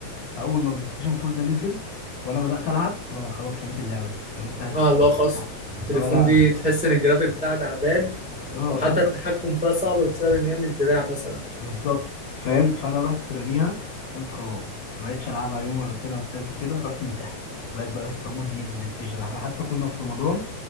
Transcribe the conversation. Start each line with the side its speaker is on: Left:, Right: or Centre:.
Left: فاول ما بلاي ستيشن 4 ده نزل وانا بدات العب خلاص خلاص رميت اللعبه دي رميت بتاعه التليفون
Centre: اه لا خلاص التليفون
Left: هو لا
Centre: دي
Left: يا اسطى
Centre: تحس ان الجرافيك بتاعها تعبان
Left: اه
Centre: وحتى
Left: يا اسطى
Centre: التحكم فيها صعب بسبب ان هي مش دراع مثلا
Left: بالظبط فاهم فانا رحت راميها قلت خلاص ما بقتش العبها يوم ولا التاني ولا التالت وكده رحت مسحها وبقيت بقى يا اسطى مدمن بلاي ستيشن احنا حتى كنا في رمضان